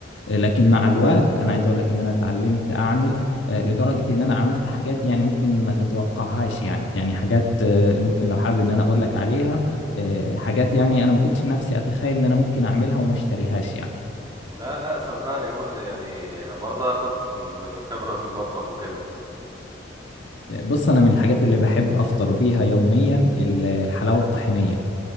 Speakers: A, on the left; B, on the right.
A: آه، لكن مع الوقت انا عايز اقول لك ان انا اتعلمت اعمل آه، لدرجه ان انا عملت حاجات يعني ممكن ما تتوقعهاش يعني يعني حاجات آه، ممكن لو حابب ان انا اقول لك عليها آه، حاجات يعني انا ما كنتش نفسي اتخيل ان انا ممكن اعملها وما اشتريهاش يعني
B: لا لا سمعني يقول يعني برضه اخد من من الخبرة في المطبخ وكده
A: بص انا من الحاجات اللي بحب افطر بيها يوميا ال- الحلاوه الطحينيه